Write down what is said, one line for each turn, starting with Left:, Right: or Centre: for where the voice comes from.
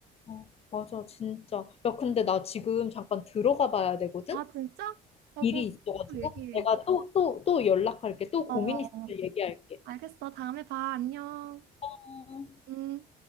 Left: 어, 맞아, 진짜. 야, 근데 나 지금 잠깐 들어가 봐야 되거든?
Right: 아, 진짜? 아,
Left: 일이
Right: 그럼
Left: 있어가지고.
Right: 또 얘기해.
Left: 내가 또, 또, 또 연락할게. 또
Right: 어,
Left: 고민 있을 때 얘기할게.
Right: 알겠어. 다음에 봐. 안녕.
Left: 어.
Right: 음.